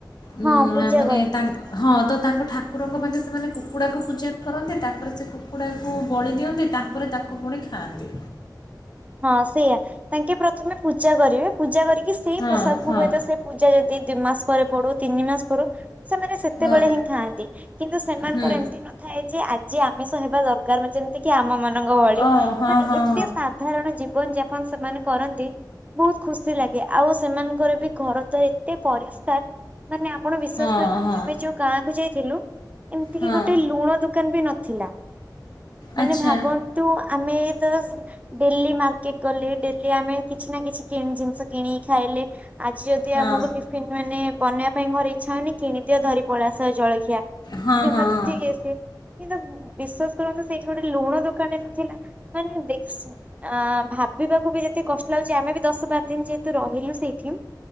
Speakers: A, on the left (about 65°); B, on the right (about 20°).
A: ଉଁ
B: ହଁ ପୂଜା
A: ମାନେ
B: କରନ୍ତି
A: ତାଙ୍କ ହଁ ତ ତାଙ୍କ ଠାକୁରଙ୍କ ପାଖରେ ସେମାନେ କୁକୁଡ଼ାକୁ ପୂଜା କରନ୍ତି ତାପରେ ସେ କୁକୁଡ଼ାକୁ ବଳି ଦିଅନ୍ତି ତାପରେ ତାକୁ ପୁଣି ଖାଆନ୍ତି।
B: ହଁ ସେଇୟା ତାଙ୍କେ ପ୍ରଥମେ ପୂଜା କରିବେ ପୂଜା କରିକି କି ସେଇ
A: ହଁ
B: ପ୍ରସାଦ କୁ
A: ହଁ
B: ହୁଏତ ସେ ପୂଜା ଯଦି ଦିଇ ମାସ ପରେ ପଡୁ ତିନି ମାସ ପଡୁ ସେମାନେ ସେତେବେଳେ
A: ହଁ
B: ହିଁ ଖାଆନ୍ତି କିନ୍ତୁ ସେମାନଙ୍କର
A: ହୁଁ
B: ଏମିତି ନଥାଏ ଯେ ଯେ ଆମିଷ ହେବା ଦରକାର ଯେମିତି କି ଆମ ମାନ ରଙ୍ଗ ଭଳି
A: ଓ ହଁ
B: ମାନେ
A: ହଁ
B: ଏତେ ସାପ କାରଣ ଜୀବନ ଯାପନ ସେମାନେ କରନ୍ତି ବହୁତ ଖୁସି ଲାଗେ ଆଉ ସେମାନଙ୍କର ବି ଘର ଦ୍ୱାର ଏତେ ପରିଷ୍କାର ମାନେ ଆପଣ ବିଶ୍ୱାସ
A: ହଁ ହଁ
B: କରିବେ
A: ହଁ
B: ନି ଆମେ ଯଉ ଗାଁକୁ ଯାଇ ଥିଲୁ। ଏମିତି
A: ହଁ
B: କି ଗୋଟେ ଲୁଣ ଦୋକାନ ବି ନ ଥିଲା। ମାନେ
A: ଆଚ୍ଛା
B: ଭାବନ୍ତୁ ଆମେ ଦଶ ଡେଲି ମାର୍କେଟ ଗଲେ ଡେଲି ଆମେ କିଛି ନା କିଛି କିଣି ଜିନିଷ କିଣିକି ଖାଇଲେ। ଆଜି ଯଦି
A: ହଁ
B: ଆମକୁ ଟିଫିନ ମାନେ ବନେଇବା ନାଇ ମୋର ଇଚ୍ଛା ହଉନି କିଣିି ଦିଅ ଧରି ପଳେଇ ଆସ ଜଳ ଖିଆ
A: ହଁ
B: କିମ୍ବା
A: ହଁ ହଁ
B: କିଛି ୟେ ସେ କିନ୍ତୁ ବିଶ୍ଵାସ କରନ୍ତୁ ସେଇଠି ଗୋଟେ ଲୁଣ ଦୋକାନ ଟେ ନଥିଲା ମାନେ ଦେଖ ସୁ ଆ ଭାବିବାକୁ ବି ଯେତେ କଷ୍ଟ ମତେ ଲାଗୁଛି ଆମେ ବି ଦଶ ବାର ଦିନ ଯେହେତୁ ରହିଲୁ ସେଇଠି